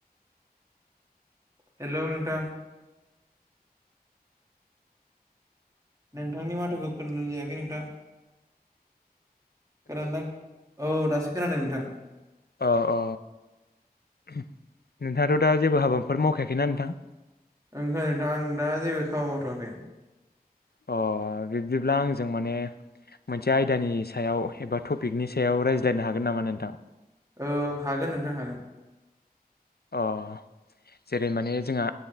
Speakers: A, on the right; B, on the left.
A: हेलौ नोंथां नोंथांनि माथोखौ खोनानाय जायाखै नोंथां। खोनादोंना औ दासो खोनादों नोंथां।
B: औ औ नोंथाङाथ' दा जेबो हाबाफोर मावखायाखैना नोंथां
A: नोंथां आं दा जेबो खामानि मावथ'वाखै
B: अ बिब्दिब्ला आंजों माने मोनसे आयदानि सायाव एबा टपिकनि सायाव रायज्लायनो हागोन नामा नोंथां?
A: औ हागोन नोंथां हागोन
B: अ जेरै माने जोंहा